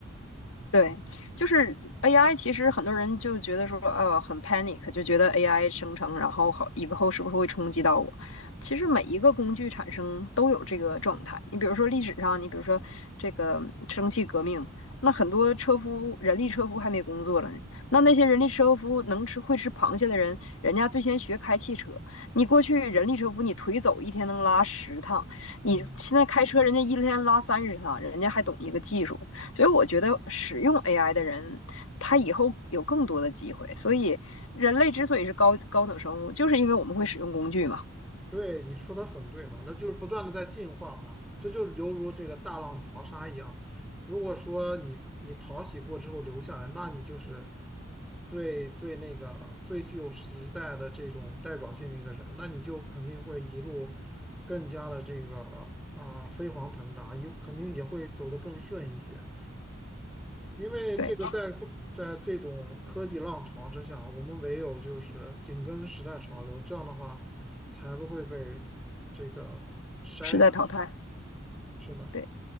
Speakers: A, on the left (about 80°); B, in the centre.
A: 对，就是 AI，其实很多人就觉得说，呃，很 panic，就觉得 AI 生成，然后好以后是不是会冲击到我？其实每一个工具产生都有这个状态。你比如说历史上，你比如说这个蒸汽革命，那很多车夫、人力车夫还没工作了呢。那那些人力车夫能吃会吃螃蟹的人，人家最先学开汽车。你过去人力车夫，你腿走一天能拉十趟，
B: 嗯，
A: 你现在开车，人家一天拉三十趟，人家还懂一个技术。所以我觉得使用 AI 的人，他以后有更多的机会。所以人类之所以是高高等生物，就是因为我们会使用工具嘛。
B: 对，你说的很对嘛，那就是不断的在进化嘛，这就是犹如这个大浪淘沙一样。如果说你你淘洗过之后留下来，那你就是最最那个最具有时代的这种代表性的一个人，那你就肯定会一路更加的这个啊、飞黄腾达，有肯定也会走得更顺一些。因为这个在不在这种科技浪潮之下，
A: 对，
B: 我们唯有就是紧跟时代潮流，这样的话才不会被这个筛下去。
A: 是在淘汰。
B: 是的，
A: 对，